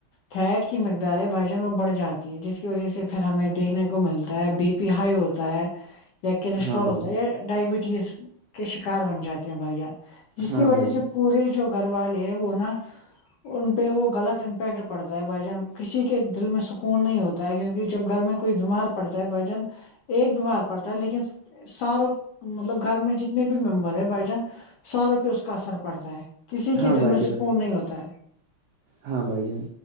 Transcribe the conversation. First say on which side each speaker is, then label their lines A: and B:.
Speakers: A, on the left (about 70°); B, on the right (about 80°).
A: فیٹ کی مقدار ہے بھائیجن وہ بڑھاتی ہے جس کی وجہ سے پھر ہمیں دیکھنے کو ملتا ہے بی پی ہائی ہو ہوتا ہے یا کولیسٹرول
B: ہاں بھائی
A: ہوتا
B: جان
A: ہے یا ڈائبٹیز کے شکار بن جاتے بھائی جان جس
B: ہاں
A: کی وجہ
B: بھائی جان
A: سے پورے جو گھر والے ہیں وہ نا ان پہ وہ غلط امپیکٹ پڑتا ہے بھائی جان کسی کے دل میں سکون نہیں ہوتا کیونکہ جب گھر میں کوئی بیمار پڑتا ہے بھائی جان ایک بیمار پڑتا ہے لیکن ساروں مطلب گھر میں جتنے بھی ممبر ہے بھائی جان ساروں پہ اس کا اثر پڑتا ہے کسی کے
B: ہاں بھائی
A: دل میں
B: جان
A: سکون نہیں ہوتا ہے
B: ہاں بھائی جان